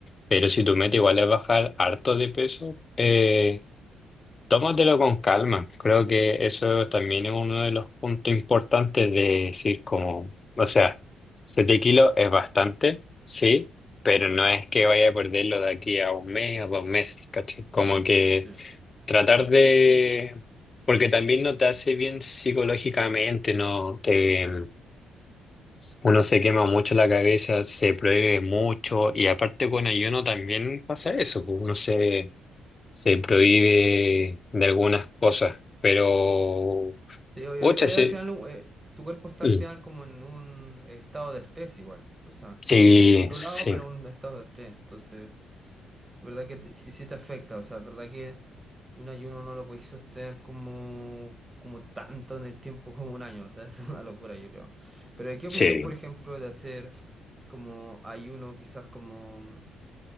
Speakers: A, on the left; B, on the right.
A: Pero si tu meta igual es bajar harto de peso, eh, Tómatelo con calma. Creo que eso también es uno de los puntos importantes de decir como, o sea, 7 kilos es bastante, sí, pero no es que vaya a perderlo de aquí a un mes, a dos meses, ¿cachai? Como
B: mm,
A: que
B: sí.
A: tratar de... Porque también no te hace bien psicológicamente, ¿no? Te, uno se quema mucho la cabeza, se prohíbe mucho y aparte con ayuno también pasa eso, pues uno se se prohíbe de algunas cosas, pero
B: Sí, obvio,
A: ocha,
B: eh,
A: sí,
B: al final, un- eh, tu cuerpo está
A: Mm.
B: al final como en un estado de estrés igual, o sea,
A: sí,
B: controlado,
A: sí,
B: pero un estado de estrés. Entonces, ¿Verdad que te- sí, sí te afecta? O sea, ¿verdad que un ayuno no lo podéis sostener como, como tanto en el tiempo como un año? O sea, <laughs> es una locura, yo creo. Pero ¿qué
A: sí.
B: opináis, por ejemplo, de hacer como ayuno, quizás como